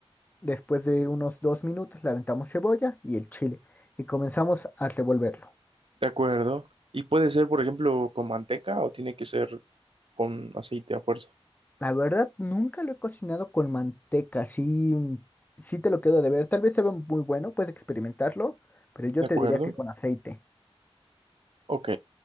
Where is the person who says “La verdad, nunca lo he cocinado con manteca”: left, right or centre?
Left